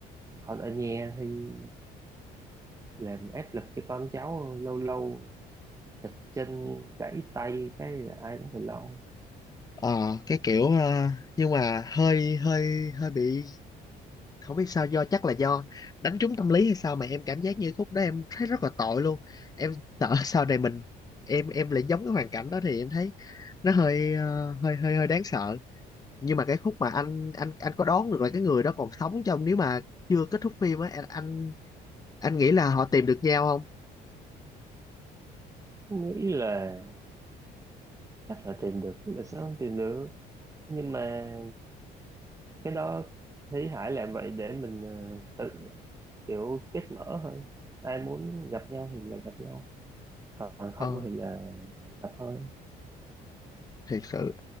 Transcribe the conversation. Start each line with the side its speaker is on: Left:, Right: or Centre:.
Right: còn ở nhà thì làm áp lực cho con cháu lâu lâu chật chân gãy tay cái là ai cũng phải lo
Left: ờ cái kiểu ờ, nhưng mà hơi hơi hơi bị không biết sao do chắc là do đánh trúng tâm lý hay sao mà em cảm giác như khúc đó em thấy rất là tội luôn em sợ <laughs> sau này mình em em lại giống cái hoàn cảnh đó thì em thấy nó hơi ờ, hơi hơi hơi đáng sợ nhưng mà cái khúc mà anh anh anh có đoán được là cái người đó còn sống trong nếu mà chưa kết thúc phim á anh anh anh nghĩ là họ tìm được nhau không
Right: nghĩ là chắc là tìm được là sao không tìm được nhưng mà cái đó thấy Hải làm vậy để mình ờ, tự kiểu kết mở thôi ai muốn gặp nhau thì là gặp nhau còn
Left: Ờ
Right: không thì là không gặp thôi
Left: thiệt sự